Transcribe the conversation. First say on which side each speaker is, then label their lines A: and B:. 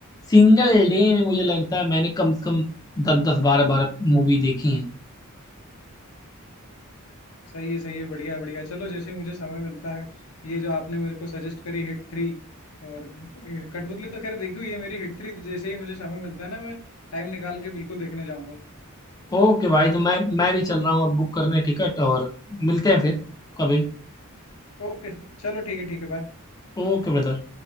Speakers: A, on the left; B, on the left.
A: सिंगल डे में मुझे लगता है मैंने कम से कम दस दस बारह बारह मूवी देखी हैं
B: सही है सही है बढ़िया है बढ़िया है। चलो जैसे ही मुझे समय मिलता है ये जो आपने मेरे को सजेस्ट करी हिट थ्री और कठपुतली तो खैर देखी हुई है मेरी हिट थ्री जैसे ही मुझे समय मिलता है ना मैं टाइम निकाल के बिल्कुल देखने जाऊंगा
A: ओके भाई तो मैं मैं भी चल रहा हूँ अब बुक करने टिकट और मिलते हैं फिर कभी
B: ओके चलो ठीक है ठीक है बाय
A: Okay brother